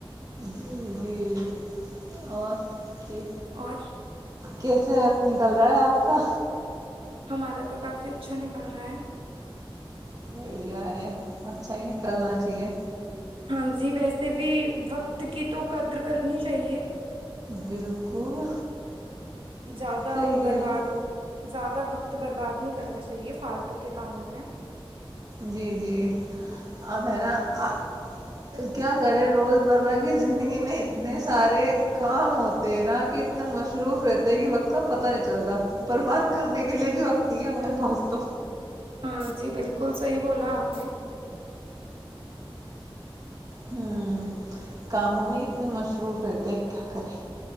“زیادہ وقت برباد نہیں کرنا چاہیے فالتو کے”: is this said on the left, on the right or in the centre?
Right